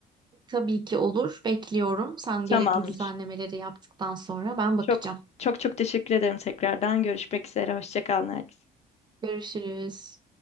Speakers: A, on the right (about 25°); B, on the left (about 40°).
A: tabii ki olur. Bekliyorum. Sen
B: Tamamdır.
A: gerekli düzenlemeleri yaptıktan sonra ben
B: Çok
A: bakacağım.
B: çok çok teşekkür ederim tekrardan. Görüşmek üzere. Hoşça kal Nergis.
A: Görüşürüz.